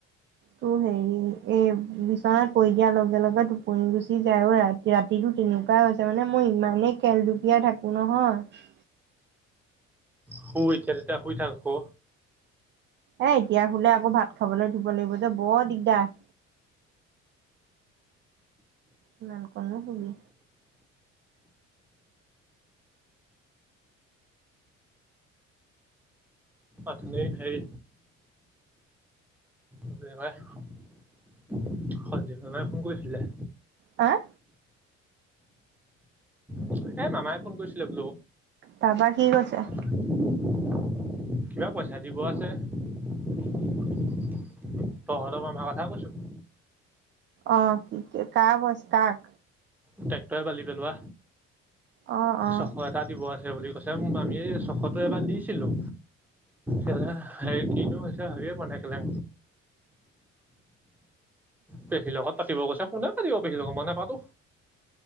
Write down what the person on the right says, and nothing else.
তোৰ হেৰি ই ই এ বিচনাত পৰি দিয়াৰ লগে লগে টোপনি গুচি যায় আৰু ৰাতি ৰাতিটো তেনে কিবা হৈছে মানে মই ইমানেই খেল দুুপিয়া থাকো নহয়।
এ এতিয়া শুলে আকৌ ভাত খাবলৈ দিব লাগিব যে বৰ দিগদাৰ। ইমান কন নু শুবি।
হা আ।
তাৰপৰা কি কৈছে?
অ কি কা কৈছ কাক
অ অ